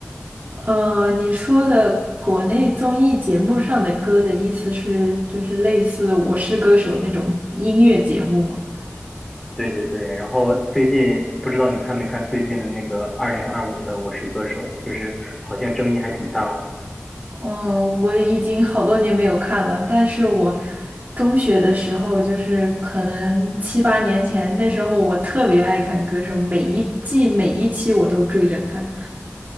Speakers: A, on the right (about 40°); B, in the centre.
A: <laughs> 呃，你说的国内综艺节目上的歌的意思是，就是类似《我是歌手》那种音乐节目吗？
B: 对对对，然后最近不知道你看没看最近的那个二零二五的《我是歌手》，就是好像争议还挺大的。
A: 嗯，我已经好多年没有看了，但是我中学的时候，就是可能七八年前，那时候我特别爱看《歌手》，每一季每一期我都追着看。